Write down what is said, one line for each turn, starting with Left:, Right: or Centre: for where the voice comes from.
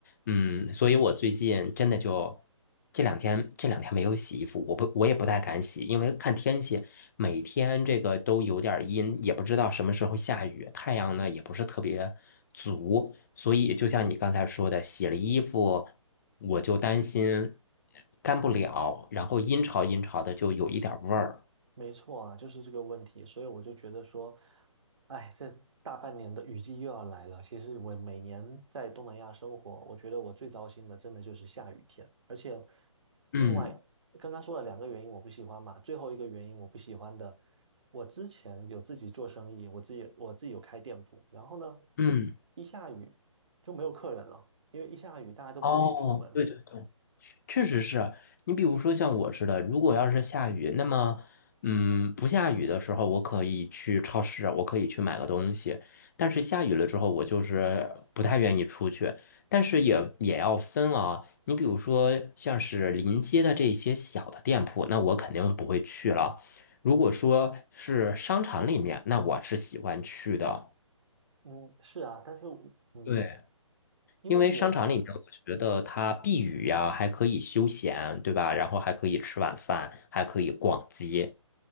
Left: 嗯，所以我最近真的就这两天这两天没有洗衣服，我不我也不太敢洗，因为看天气，每天这个都有点儿阴，也不知道什么时候下雨，太阳呢也不是特别足，所以就像你刚才说的，洗了衣服我就担心干不了，然后阴潮阴潮的就有一点儿味儿。
Right: 没错啊，就是这个问题，所以我就觉得说，哎，这大半年的雨季又要来了。其实我每年在东南亚生活，我觉得我最糟心的真的就是下雨天，而且另外刚刚说了两个原因我不喜欢嘛，
Left: 嗯
Right: 最后一个原因我不喜欢的，我之前有自己做生意，我自己我自己有开店铺，然后呢，
Left: 嗯，
Right: 一下雨就没有客人了，因为一下雨大家都不愿意出门。
Left: 哦，对对对。确实是啊你比如说像我似的，如果要是下雨，那么嗯，不下雨的时候，我可以去超市，我可以去买个东西。但是下雨了之后，我就是不太愿意出去。但是也也要分啊，你比如说像是临街的这些小的店铺，那我肯定不会去了。如果说是商场里面，那我是喜欢去的。
Right: 嗯，是啊，但是我嗯，
Left: 对，
Right: 因为我
Left: 因为商场里面，我觉得它避雨呀，还可以休闲，对吧？然后还可以吃晚饭，还可以逛街。